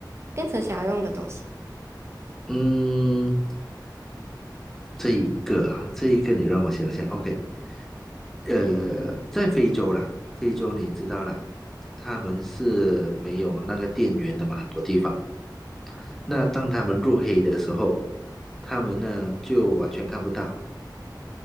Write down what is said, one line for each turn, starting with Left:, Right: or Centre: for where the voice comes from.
Right: 变成想要用的东西？
Centre: 嗯，这一个啊，这一个你让我想想，OK，呃，在非洲啦，非洲你知道啦，他们是没有那个电源的嘛，很多地方。那当他们入黑的时候，他们呢就完全看不到，